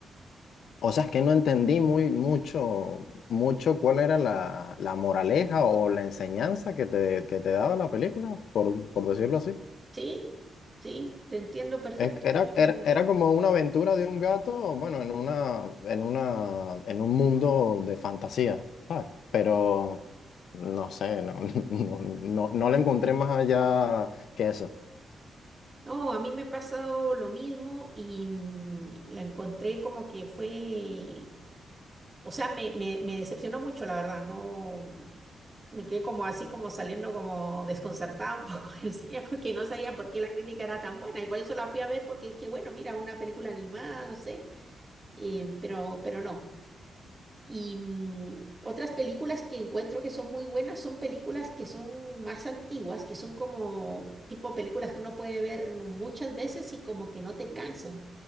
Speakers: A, on the left; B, on the right.
A: O sea, es que no entendí muy mucho, mucho cuál era la, la moraleja o la enseñanza que te, que te daba la película, por, por decirlo así.
B: Sí, sí, te entiendo perfecto.
A: E- Era,
B: Yo-
A: era, era como una aventura de un gato, bueno, en una, en una, en un mundo de fantasía, ¿sabes? Pero no sé, no, <laughs> no, no, no le encontré más allá que eso.
B: No, a mí me ha pasado lo mismo y mm, la encontré como que fue O sea, me, me, me decepcionó mucho, la verdad. No, me quedé como así, como saliendo como desconcertada un poco <laughs> del cine, porque no sabía por qué la crítica era tan buena. Y por eso la fui a ver, porque dije, bueno, mira, una película animada, no sé, eh, pero, pero no. Y mm, otras películas que encuentro que son muy buenas son películas que son más antiguas, que son como tipo películas que uno puede ver muchas veces y como que no te cansas